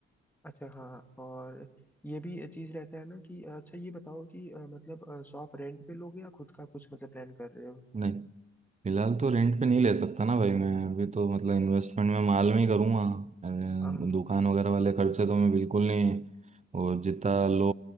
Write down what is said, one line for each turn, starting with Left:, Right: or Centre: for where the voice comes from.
Centre: अच्छा हाँ और ये भी चीज रहता है ना कि अच्छा ये बताओ कि अ, मतलब शॉप रेंट पे लोगे या खुद का कुछ मतलब प्लान कर रहे हो
Right: नहीं फिलहाल तो रेंट पे नहीं ले सकता ना भाई मैं अभी तो मतलब इन्वेस्टमेंट में माल में ही करूँगा
Centre: हाँ हाँ,
Right: अ, दुकान वगैरह वाले खर्चे तो मैं बिल्कुल नहीं और जितना लो